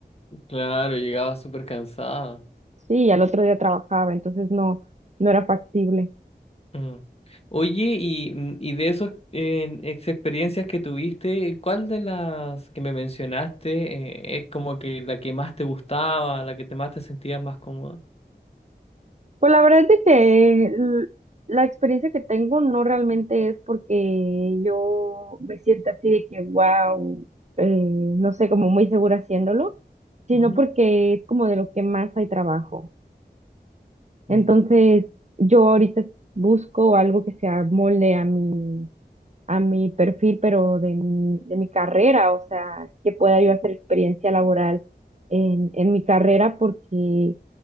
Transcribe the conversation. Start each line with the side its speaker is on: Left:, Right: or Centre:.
Left: Claro, llegaba súper cansada.
Right: sí, al otro día trabajaba, entonces no, no era factible.
Left: Mm. Oye, y, mm, y de esas ex experiencias que tuviste, ¿cuál de las que me mencionaste eh, es como que la que más te gustaba, la que te más te sentías más cómoda?
Right: Pues la verdad es de que l- la experiencia que tengo no realmente es porque yo me sienta así de que, wow, no sé, como muy segura haciéndolo, sino
Left: Ujú.
Right: porque es como de lo que más hay trabajo.
Left: Mm.
Right: Entonces, yo ahorita busco algo que se amolde a mi, a mi perfil, pero de mi, de mi carrera, o sea, que pueda yo hacer experiencia laboral en, en mi carrera, porque